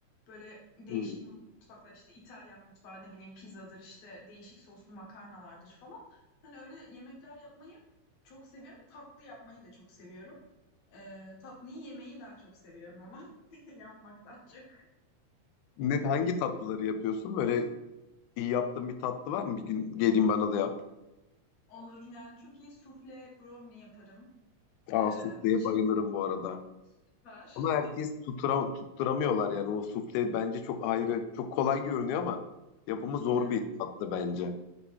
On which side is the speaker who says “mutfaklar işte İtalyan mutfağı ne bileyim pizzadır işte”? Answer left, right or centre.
Left